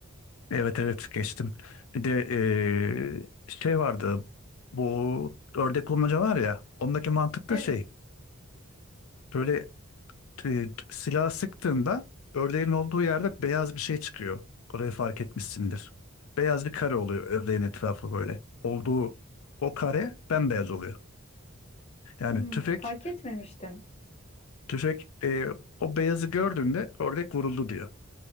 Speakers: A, on the left (about 75°); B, on the left (about 30°).
A: Evet evet geçtim. Bir de eee, şey vardı bu ördek bulmaca var ya ondaki mantık
B: Evet.
A: da şey böyle e, silah sıktığında ördeğin olduğu yerde beyaz bir şey çıkıyor. Orayı fark etmişsindir. Beyaz bir kare oluyor ördeğin etrafı böyle. Olduğu o kare bembeyaz oluyor. Yani
B: Hmm,
A: tüfek
B: fark etmemiştim.
A: Tüfek e, o beyazı gördüğünde ördek vuruldu diyor.